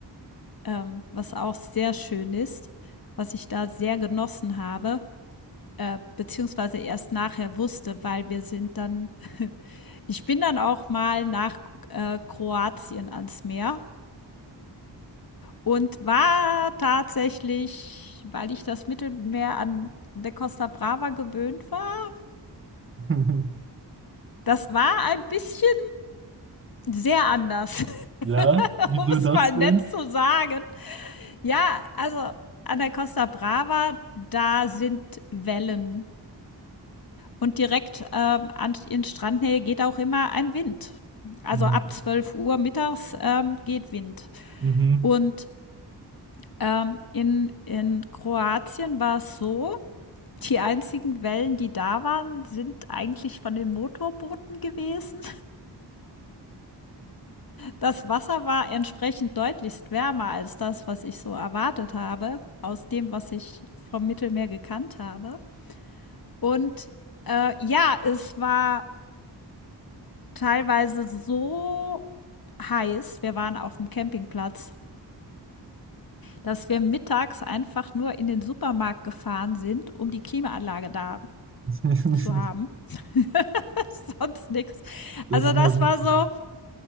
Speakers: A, on the left; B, on the right.
A: ähm, was auch sehr schön ist, was ich da sehr genossen habe, äh, beziehungsweise erst nachher wusste, weil wir sind dann, <laughs> ich bin dann auch mal nach äh, Kroatien ans Meer und war tatsächlich, weil ich das Mittelmeer an der Costa Brava gewöhnt war,
B: <laughs>
A: Das war ein bisschen sehr anders, <laughs>
B: Ja, wieso
A: um es
B: das
A: mal nett
B: denn?
A: zu sagen. Ja, also an der Costa Brava, da sind Wellen. Und direkt ähm, an, in Strandnähe geht auch immer ein Wind. Also
B: Hm.
A: ab 12 Uhr mittags ähm, geht Wind.
B: Mhm.
A: Und ähm, in, in Kroatien war es so, die einzigen Wellen, die da waren, sind eigentlich von den Motorbooten gewesen. Das Wasser war entsprechend deutlichst wärmer als das, was ich so erwartet habe, aus dem, was ich vom Mittelmeer gekannt habe. Und äh, ja, es war teilweise so heiß, wir waren auf dem Campingplatz, dass wir mittags einfach nur in den Supermarkt gefahren sind, um die Klimaanlage da
B: <laughs>
A: zu haben. <laughs> Sonst nichts.
B: Das
A: Also
B: ist
A: das
B: ja witzig.
A: war so,